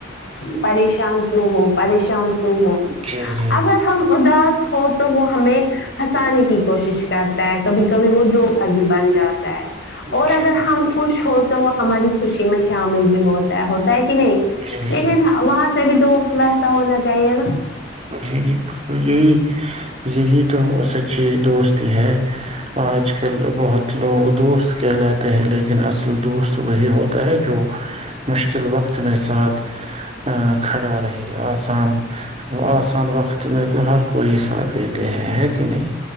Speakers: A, on the left; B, on the right.
A: پریشان کیوں ہو پریشان کیوں ہو؟
B: اچھا جی
A: اگر ہم اداس ہو تو وہ ہمیں ہنسانے کی کوشش کرتا ہے کبھی کبھی وہ جوک بھی بن جاتا
B: جی
A: اور اگر ہم خوش ہو تو وہ ہماری خوشی میں شامل بھی ہوتا ہے ہے کہ نہیں
B: جی
A: لیکن وہاں سے بھی دوست تو ویسا ہونا چاہیے نا
B: جی یہی یہی تو سچی دوست ہی ہے آج کل بہت لوگ دوست کہلاتے ہیں لیکن اصل دوست وہی ہوتا ہے جو مشکل وقت میں ساتھ کھڑا رہے آسان وہ آسان وقت میں تو ہر کوئی ساتھ دیتے ہیں ہے کہ نہیں